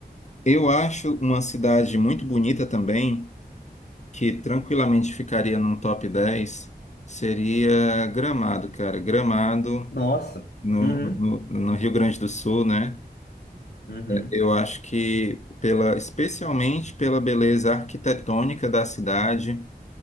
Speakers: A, on the left; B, on the left.
A: eu acho uma cidade muito bonita também, que tranquilamente ficaria num top 10 seria Gramado, cara. Gramado,
B: Nossa.
A: no,
B: Uhum,
A: no, no Rio Grande do Sul, né?
B: uhum,
A: Eu acho que pela, especialmente pela beleza arquitetônica da cidade,